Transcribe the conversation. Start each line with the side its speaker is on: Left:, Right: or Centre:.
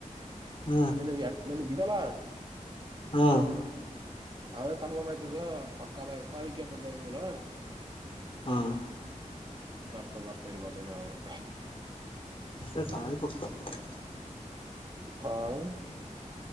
Left: ಹ್ಮ
Right: ನನ್ ನನ್ ಬಿದ್ದಲ್ಲ.
Left: ಹಾ
Right: ನಾವೇ ಕನ್ಫರ್ಮ್ ಆಯ್ತದ ಪಕ್ಕದ ಪಕ್ಕೆ- ಬ- ಇದಲ್ಲ
Left: ಹ್ಮ್
Right: ಭರ್ತಾ ಭರ್ತಾ ಇರಿ ಪತಂದ- ನೆ-
Left: ಅ ಸಾಗಿ ಪಕ್ಕ <unintelligible>
Right: ಹಾ-ಹ್